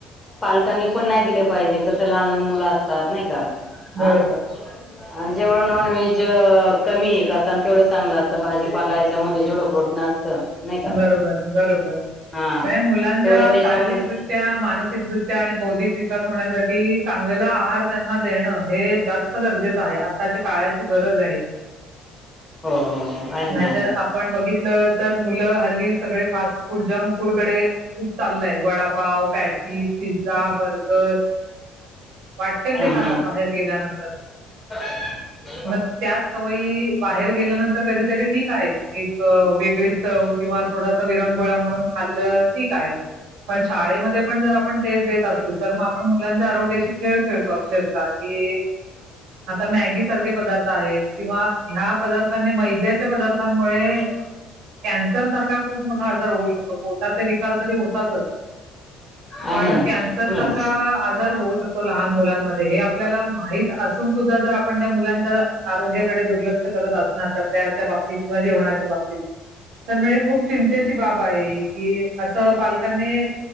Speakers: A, on the left; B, on the right.
A: पालकांनी पण नाही दिले पाहिजे कस लहान लहान मुलं असतात नाही का अ
B: बरोबर,
A: आणि जेवढं नॉन व्हेज कमी आहे करताना तेवढं चांगलं असतं भाजीपालाय त्याच्यामध्ये जेवं पोटं असतं नाही का
B: बरोबर बरोबर
A: हा
B: मुलांच्या
A: तेवढं त्याच्यामध्ये
B: शारीरिकदृष्ट्या मानसिकदृष्ट्या आणि बौद्धिक विकास होण्यासाठी चांगलेला आहार त्यांना देणं हे जास्त गरजेचं आहे आत्ताच्या काळाची गरज आहे
A: हो हो हो आहे ना
B: नाहीतर
A: आहे ना
B: आपण बघितलं तर मुलं हल्ली सगळे फ फास्ट फूड जंक फूड कडे खू चाललय वडापाव पॅटीस पिझ्झा बर्गर वाटतेल
A: हम्म
B: ते खातात बाहेर गेल्यानंतर
A: ह
B: मग त्याच सवयी बाहेर गेल्यानंतर कधीतरी ठीक आहे एक वेगळीच किंवा थोडासा विरंगोळा म्हणून खाल्लं ठीक आहे पण शाळेमध्ये पण जर आपण टेस्ट देत असेल तर मग आपण मुलांच्या आरोग्याशी खेळ खेळतो अक्षरशः की ह आता मॅगी सारखे पदार्थ आहेत किंवा ह्या पदार्थांनी मैद्याच्या पदार्थांमुळे
A: <inaudible>
B: कॅन्सर सारखा खूप मोठा आजार होऊ शकतो पोटाचे विकार तरी होतातच
A: आहे
B: पण
A: ना
B: कॅन्सर
A: बोला
B: सारखा
A: ना
B: आजार होऊ शकतो लहान मुलांमध्ये हे आपल्याला माहित असून सुद्धा जर आपण त्या मुलांच्या आरोग्याकडे दुर्लक्ष करत असणार तर त्या त किंवा जेवणाच्या बाबतीत तर म्हणजे खूप चिंतेची बाब आहे की असं पालकांनी